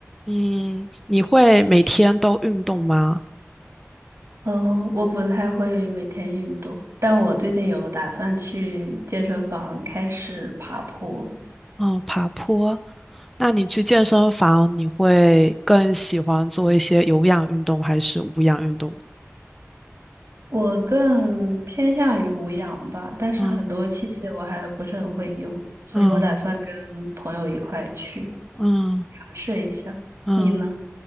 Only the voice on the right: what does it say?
嗯，我不太会每天运动，但我最近有打算去健身房开始爬坡。
我更偏向于无氧吧，但是很多器械我还不是很会用，
所以我打算跟朋友一块去尝
试一下。
你呢？